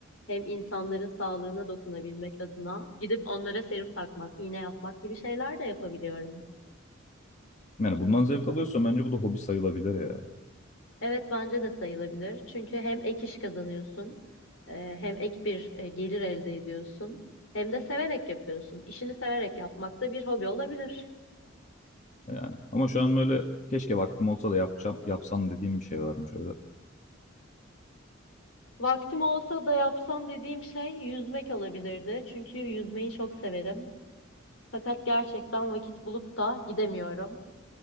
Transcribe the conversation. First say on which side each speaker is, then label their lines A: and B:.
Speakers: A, on the left; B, on the left.
A: hem insanların sağlığına dokunabilmek adına gidip onlara serum takmak, iğne yapmak gibi şeyler de yapabiliyorum.
B: Yani bundan zevk alıyorsan bence bu da hobi sayılabilir ya.
A: Evet bence de sayılabilir. Çünkü hem ek iş kazanıyorsun, e, hem ek bir e, gelir elde ediyorsun, hem de severek yapıyorsun. İşini severek yapmak da bir hobi olabilir.
B: Yani ama şu an böyle keşke vaktim olsa da yapacağım yapsam dediğim bir şey varmış öyle.
A: Vaktim olsa da yapsam dediğim şey yüzmek olabilirdi. Çünkü yüzmeyi çok severim. Fakat gerçekten vakit bulup da gidemiyorum.